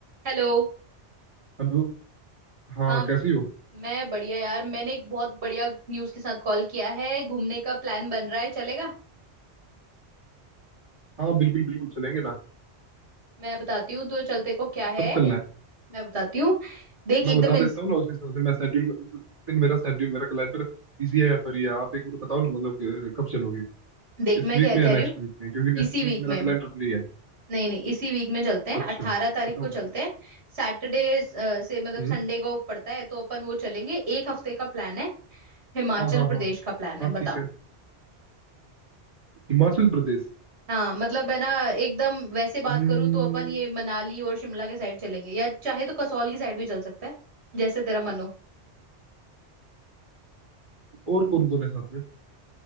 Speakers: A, on the right; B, on the right.
A: Hello
B: Hello हाँ
A: हाँ
B: कैसी हो
A: मैं बढ़िया यार मैंने एक बहुत बढ़िया न्यूज़ के साथ कॉल किया है घूमने का प्लान बन रहा है चलेगा
B: हाँ बिल्कुल बिल्कुल चलेंगे ना
A: मैं बताती हूँ तो चलते को क्या है
B: कब चलना है
A: मैं बताती हूँ देख
B: मैं
A: एकदम
B: बता
A: इंस...
B: देता हूँ ना उस हिसाब से मैं शेड्यूल उस दिन मेरा शेड्यूल मेरा कैलेंडर बिजी है या फिर ये आप एक बार बताओ ना मतलब कि कब चलोगे
A: देख
B: इस
A: मैं
B: वीक
A: क्या
B: में या
A: कह
B: नेक्स्ट
A: रही हूँ
B: वीक में क्योंकि नेक्स्ट
A: इसी
B: वीक
A: वीक में
B: मेरा कैलेंडर फ्री है
A: नहीं नहीं इसी वीक में चलते हैं
B: अच्छा
A: अट्ठारह तारीख
B: बताओ
A: को
B: फिर
A: चलते हैं सैटरडे से मतलब
B: हम्म
A: संडे को पड़ता है तो अपन वो चलेंगे एक हफ्ते का प्लान है हिमाचल
B: हाँ हाँ
A: प्रदेश
B: हाँ
A: का प्लान
B: हाँ
A: है बता
B: ठीक है हिमाचल प्रदेश
A: हाँ मतलब है ना एकदम वैसे बात
B: हम्म,
A: करूँ तो अपन ये मनाली और शिमला के साइड चलेंगे या चाहे तो कसौल की साइड भी चल सकता है जैसे तेरा मन हो
B: और कौन कौन है साथ में